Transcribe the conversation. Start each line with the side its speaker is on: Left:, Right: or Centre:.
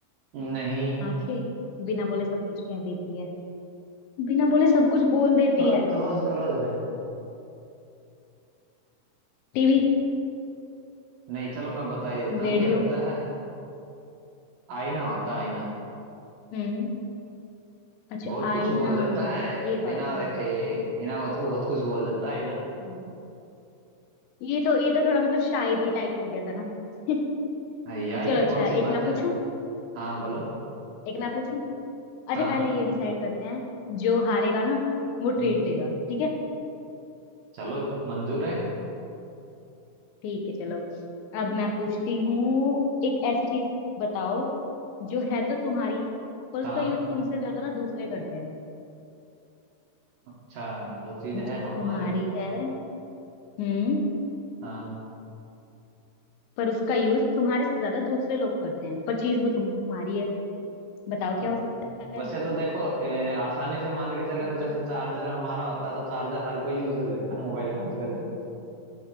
Right: नहीं
Left: आंखें बिना बोले सब कुछ कह देती है बिना बोले सब कुछ बोल देती
Right: थोड़ा
Left: है
Right: क्लोज क्लोज है
Left: टीवी
Right: नहीं चलो मैं बता ही देता हूँ
Left: रेडियो
Right: ये होता है आईना होता है आईना
Left: हम्म अच्छा
Right: बहुत कुछ
Left: आईना
Right: बोल देता है
Left: ये
Right: बिना
Left: बात है
Right: देखे बिना वो तो बहुत कुछ बोल देता है आईना
Left: हम्म, ये तो ये तो थोड़ा मतलब शायरी टाइप हो गया था ना <laughs>
Right: यार ये
Left: चलो अच्छा
Right: कौन सी
Left: एक
Right: बात
Left: मैं
Right: है
Left: पूछूं
Right: हाँ बोलो
Left: एक मैं पूछूं अच्छा
Right: हाँ
Left: पहले ये डिसाइड करते हैं जो हारेगा ना वो
Right: हम्म
Left: ट्रीट देगा ठीक है
Right: चलो मंजूर है
Left: ठीक है चलो अब मैं पूछती हूँ एक ऐसी चीज बताओ जो है तो तुम्हारी पर
Right: हाँ
Left: उसका यूज तुमसे ज्यादा ना दूसरे करते हैं
Right: अच्छा जो चीज
Left: वो
Right: है
Left: चीज
Right: हमारी
Left: तुम्हारी है हम्म
Right: हाँ
Left: पर उसका यूज तुम्हारे से ज्यादा दूसरे लोग करते हैं पर चीज वो तुम्हारी है बताओ
Right: हम्म।
Left: क्या हो सकता है
Right: वैसे तो देखो ए, आसानी से मान के चले
Left: कुछ
Right: तो जैसे चार्जर हमारा होता तो चार्जर हर कोई यूज कर लेता मोबाइल का आजकल तो